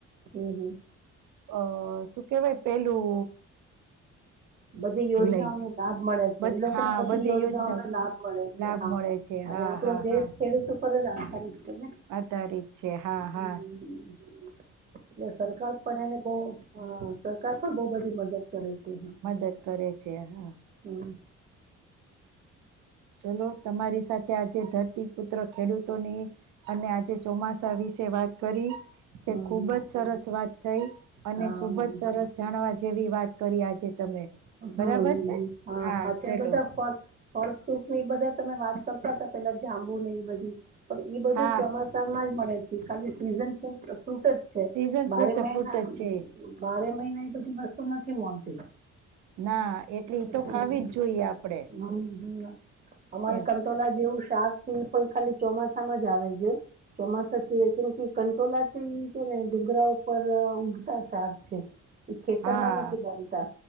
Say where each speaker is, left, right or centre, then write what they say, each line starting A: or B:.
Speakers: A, on the right; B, on the right.
A: હમ હમ
B: અ શું કેવાય પેલું
A: બધી યોજનાઓ
B: ભૂલાઈ ગયું.
A: નો લાભ મળે છે
B: બધ
A: એ લોકોને
B: હા
A: બધી યોજનાઓ
B: યોજના
A: નો લાભ મળે છે
B: લાભ
A: હા
B: મળે છે
A: અને
B: હા
A: આપડો
B: હા
A: દેશ
B: હા
A: ખેડૂત ઉપર જ આધારિત છે ને
B: આધારિત છે, હા-હા.
A: હમ એટલે સરકાર પણ એને બહુ સરકાર પણ બહુ બધી મદદ કરે છે.
B: મદદ કરે છે. હા
A: હમ્મ.
B: ચલો તમારી સાથે આજ જે ધરતીપુત્ર ખેડૂતોની અને આજે ચોમાસા વિશે વાત કરી તે
A: હમ,
B: ખુબ જ સરસ વાત થઈ. અને
A: હા,
B: સુબ
A: હમ,
B: જ સરસ જાણવા જેવી વાત કરી આજે તમે
A: હમ
B: બરાબર
A: હમ
B: છે
A: હ હા અત્યારે
B: ચલો
A: તો બધા ફોન હોર બધા તમે વાત કરતા હતા પેલા જાંબુ ને ઈ બધું પણ એ બધું
B: હા
A: ચોમાસામાં જ મળે છે. ખાલી સીઝન ફૂટ જ છે
B: સીઝન
A: બારે
B: ફ્રુડ
A: મહિના
B: ફ્રૂટ જ છે.
A: બારે મહિના ઈ બધી વસ્તુ નથી મળતી.
B: ના એટલી
A: હમ.
B: તો ખાવી જ જોઈએ આપડે.
A: હમ અમારે
B: એમ
A: કંટોળ જેવું શાક છે, એ પણ ખાલી ચોમાસામાં જ આવે છે. ચોમાસા છે કેમ કે કંટોલા થઈ છે ને ડુંગરા ઉપર ઉગતા શાક છે એ ખેતરમાં
B: હા
A: નથી બનતા